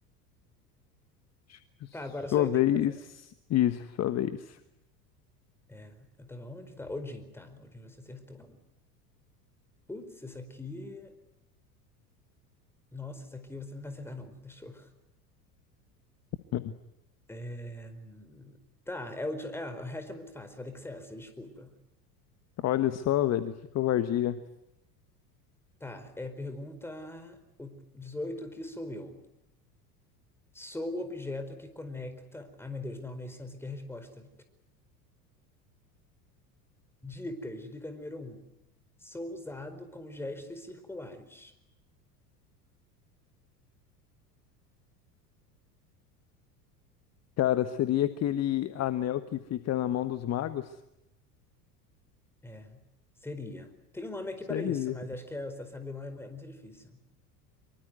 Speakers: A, on the left; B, in the centre.
A: Acho que é Sua
B: Tá, agora só eu que
A: vez.
B: tenho que fazer?
A: Isso, sua vez.
B: É, eu tava onde? Tá, Odin, tá. Odin você acertou. Putz, isso aqui. Nossa, isso aqui você não vai acertar, não. Deixa eu.
A: Uhum.
B: É... Tá, é o, último- é, o resto é muito fácil, vai ter que ser essa, desculpa.
A: Olha só, velho, que covardia.
B: Tá, é pergunta o- dezoito o que sou eu? Sou o objeto que conecta. Ai, meu Deus, não, não é isso, não, isso aqui é a resposta. Dicas, dica número um. Sou usado com gestos circulares.
A: Cara, seria aquele anel que fica na mão dos magos?
B: É, seria. Tem um nome aqui
A: Seria.
B: para isso, mas acho que é, você sabe o nome é muito difícil.